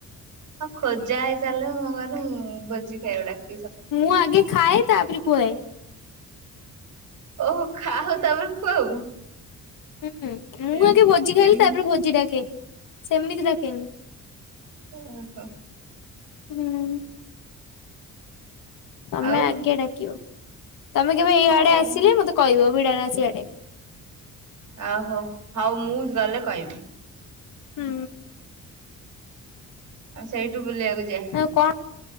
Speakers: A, on the right (about 65°); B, on the left (about 80°).
A: ହଁ ଖୋଜା ହେଇସାର <unintelligible> ଭୋଜି ଖାଇବ ଡ଼ା
B: ମୁଁ ଆଗେ ଖାଏ ତାପେରେ ଖୁଆଏ।
A: ଓହୋ ଖାଅ ତାପରେ ଖୁଆଉ
B: ହୁଁ ମୁଁ
A: ଏମ୍
B: ଆଗେ ଭୋଜି ଖାଇଲି
A: ଏମ୍
B: ତାପେରେ ଭୋଜି ଡାକେ। ସେମିତି ଡାକେନି।
A: ଓହୋ।
B: ହୁଁ। ତମେ
A: ଆଉ
B: ଆଗେ ଡାକିବ ତମେ କେବେ ଏଇଆଡେ
A: ହଉ
B: ଆସିଲେ ମତେ କହିବ ବିଡାନାସୀ ଆଡେ।
A: ଆଉ ହୋ ହଉ ମୁଁ ଗଲେ କହିବି।
B: ହୁଁ।
A: ଆମେ ସେଇଠୁ ବୁଲିଆକୁ ଯିବା।
B: ଆଉ କଁ